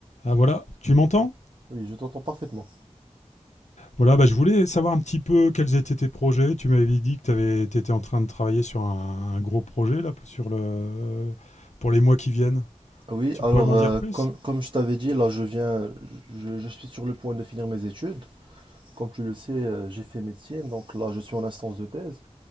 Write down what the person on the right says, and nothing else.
Oui, je t'entends parfaitement.
Oui,
alors
euh,
comme, comme je t'avais dit, là je viens, je, je suis sur le point de finir mes études. Comme tu le sais, euh, j'ai fait médecine, donc là je suis en instance de thèse